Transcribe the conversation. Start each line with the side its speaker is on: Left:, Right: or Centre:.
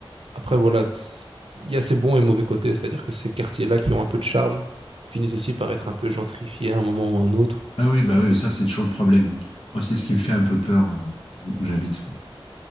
Right: après, voilà, c- il y a ses bons et mauvais côtés, c'est-à-dire que ces quartiers-là qui ont un peu de charme finissent aussi par être un peu gentrifiés à un moment ou à un autre.
Left: Ah oui, bah oui,
Right: Il
Left: ça
Right: y
Left: c'est
Right: a des-
Left: toujours le problème. Moi, c'est ce qui me fait un peu peur euh, où, où j'habite, quoi.